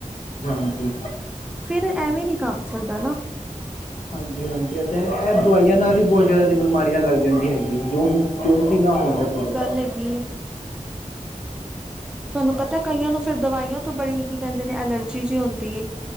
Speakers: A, on the left; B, in the centre.
A: ਹਾਂਜੀ-ਹਾਂਜੀ।
B: ਫਿਰ ਐਵੇਂ ਨੀ ਕੰਮ ਚੱਲਦਾ ਨਾ।
A: ਹਾਂਜੀ ਹਾਂਜੀ ਐ ਤੇ ਐ ਦਵਾਈਆਂ ਨਾਲ ਵੀ ਬੋਤ ਜਾਦਾ ਬਿਮਾਰੀਆਂ ਲੱਗ ਜਾਂਦੀ ਹੈਗੀ ਏ ਜੋਨ ਸੀ ਨਾ ਹੋਣ ਵਾਲੀ ਹੋਏ।
B: ਮਲਬ ਕੀ ਤੁਆਨੂੰ ਪਤੈ ਕਈਆਂ ਨੂੰ ਸਿਰਫ ਦਵਾਈਆਂ ਤੋਂ ਬੜੀ ਕੀ ਕੈਂਦੇ ਨੇ ਐਲਰਜੀ ਜਿ ਹੁੰਦੀ ਏ।